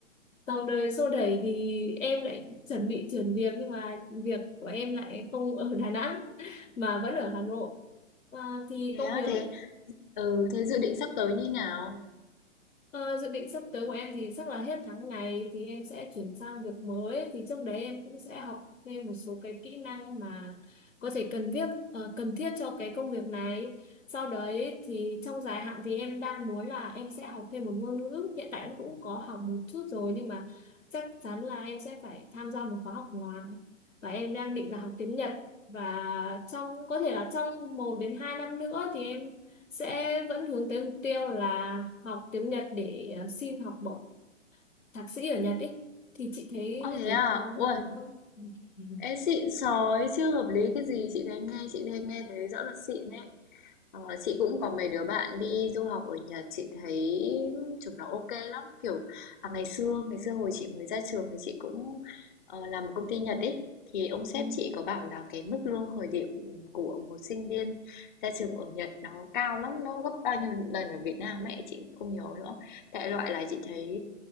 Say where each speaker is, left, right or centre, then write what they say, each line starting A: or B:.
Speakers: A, on the left; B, on the left.
A: dòng đời xô đẩy thì em lại chuẩn bị chuyển việc Nhưng mà việc của em lại không ở Đà Nẵng Mà vẫn ở Hà Nội à, Thì
B: thế
A: công
B: á
A: việc
B: thế ừ thế dự định sắp tới như nào
A: Ờ, dự định sắp tới của em thì chắc là hết tháng này thì em sẽ chuyển sang việc mới thì trước đấy em cũng sẽ học thêm một số cái kỹ năng mà có thể cần thiết ờ, cần thiết cho cái công việc này sau đấy thì trong dài hạn thì em đang muốn là em sẽ học thêm một ngôn ngữ hiện tại em cũng có học một chút rồi nhưng mà chắc chắn là em sẽ phải tham gia một khóa học ngoài và em đang định là học tiếng Nhật và trong có thể là trong một đến hai năm nữa thì em sẽ vẫn hướng tới mục tiêu là học tiếng Nhật để ờ, xin học bổng thạc sĩ ở Nhật ý thì chị thấy
B: Ồ
A: như
B: thế
A: thế
B: à
A: có hợp
B: ui
A: lý không? <laughs>
B: ê xịn sói chưa hợp lý cái gì chị thấy nghe chị thấy nghe thấy rõ là xịn đấy Ờ, chị cũng có mấy đứa bạn đi du học ở Nhật chị thấy chúng nó ok lắm kiểu à, ngày xưa ngày xưa hồi chị mới ra trường thì chị cũng ờ, làm một công ty Nhật ấy thì ông sếp
A: Ừ.
B: chị có bảo là cái mức lương khởi điểm của một sinh viên ra trường ở Nhật nó cao lắm nó gấp bao nhiêu lần ở Việt Nam ấy chị không nhớ nữa đại loại là chị thấy